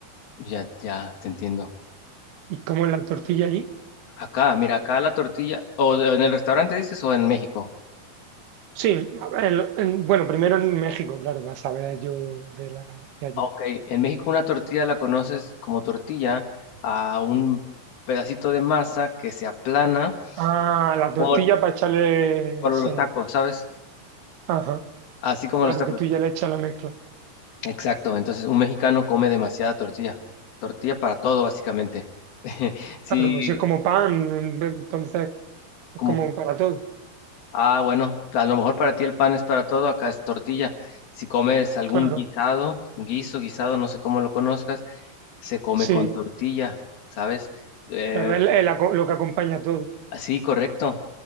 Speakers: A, on the left (about 75°); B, on the right (about 90°).
A: Ya, ya, te entiendo.
B: ¿Y cómo es la tortilla allí?
A: Acá, mira, acá la tortilla, o de- en el restaurante dices, o en México.
B: Sí, a ver, en lo- en- bueno, primero en México, claro, vas a ver yo de, la, de allí.
A: Ok, en México una tortilla la conoces como tortilla a un pedacito de masa que se aplana
B: Ah, la tortilla
A: como
B: para echarle,
A: por
B: sí,
A: los tacos, ¿sabes?
B: ajá.
A: Así como
B: Claro
A: los tacos.
B: que tú ya le echas la mezcla.
A: Exacto, entonces un mexicano come demasiada tortilla, tortilla para todo básicamente. <laughs> Sí,
B: Claro, pues es como pan, entonces es
A: como,
B: como para todo.
A: ah, bueno, a lo mejor para ti el pan es para todo, acá es tortilla. Si comes algún
B: Claro,
A: guisado, guiso, guisado, no sé cómo lo conozcas, se come
B: sí,
A: con tortilla, ¿sabes? Eh,
B: claro, es, la- es la co- lo que acompaña todo.
A: Sí, correcto.